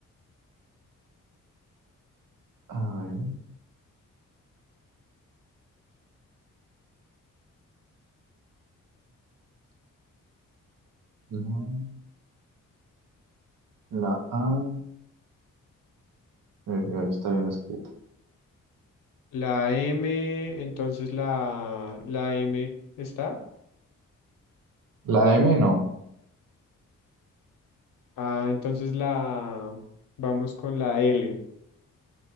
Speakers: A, on the right (about 85°); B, on the left (about 85°).
A: A ver. No, La A eh, eh, está bien escrita.
B: La M, entonces la, la M está.
A: La M no.
B: Ah, entonces la vamos con la L.